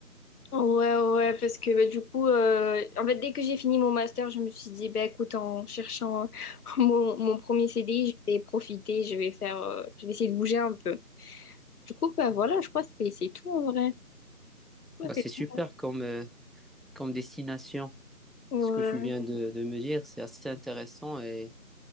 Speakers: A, on the left; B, in the centre.
A: Ouais, ouais, ouais, parce que bah, du coup, euh, en fait, dès que j'ai fini mon master, je me suis dit, bah, écoute, en cherchant euh, <laughs> mon, mon premier CDI, je vais profiter, je vais faire, euh, je vais essayer de bouger un peu. Du coup, bah, voilà, je crois que c'est c'est tout en vrai. Je crois
B: Bah,
A: que
B: c'est
A: c'est
B: super
A: tout.
B: comme, euh, comme destination.
A: Ouais,
B: Ce que tu viens de, de me dire, c'est assez intéressant et